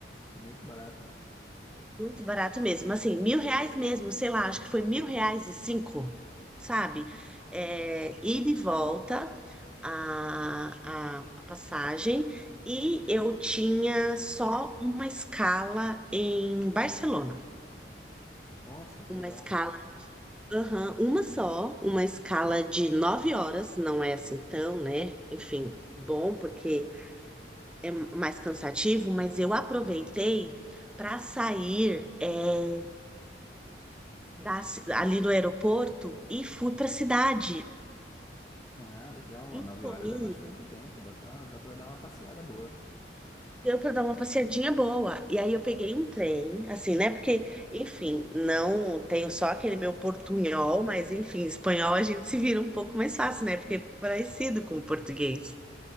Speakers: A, on the left; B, in the centre.
A: muito barato.
B: Muito barato mesmo, assim, mil reais mesmo, sei lá, acho que foi mil reais e cinco, sabe? É, ida e de volta. a, a, a passagem e eu tinha só uma escala em Barcelona.
A: Nossa, que
B: Uma
A: legal.
B: escala, aham, uma só, uma escala de nove horas, não é assim tão, né? Enfim, bom, porque é mais cansativo, mas eu aproveitei para sair é da ci- ali do aeroporto e fui para a cidade.
A: Ah, legal. ó,
B: E
A: Nove
B: comi
A: horas é bastante tempo. Dá pra, dá pra dar uma passeada boa.
B: Deu para dar uma passeadinha boa. E aí eu peguei um trem, assim, né? Porque, enfim, não tenho só aquele meu portunhol, mas enfim, espanhol a gente se vira um pouco mais fácil, né? Porque é parecido com o português.